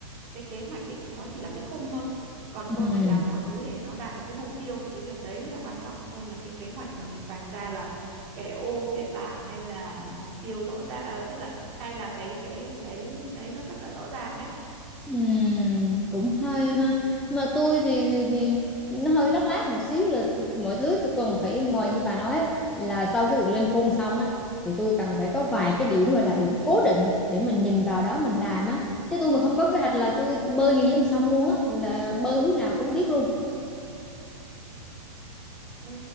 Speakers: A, on the right (about 35°); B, in the centre.
A: cái kế hoạch ấy nó chỉ là cái khung thôi còn
B: Ừ.
A: tôi phải làm mọi thứ để nó đạt được cái mục tiêu của cái việc đấy mới là quan trọng hơn là cái kế hoạch mà mình vạch ra là kẻ ô kẻ bảng hay là mục tiêu rõ ràng à, tức là hay là cái cái cái đấy nó rất là rõ ràng đấy
B: Ừm, cũng hay ha mà tôi thì, thì, thì nó hơi lắc lác một xíu là t- mọi thứ tôi cần phải ngồi như bà nói á, là sau cái việc lên khung xong á thì tôi cần phải có vài cái điểm gọi là điểm cố định để mình nhìn vào đó mình làm á chứ tôi mà không có kế hoạch là tôi, tôi bơi như dưới dòng sông luôn á là bơi hướng nào cũng biết luôn
A: Ừm,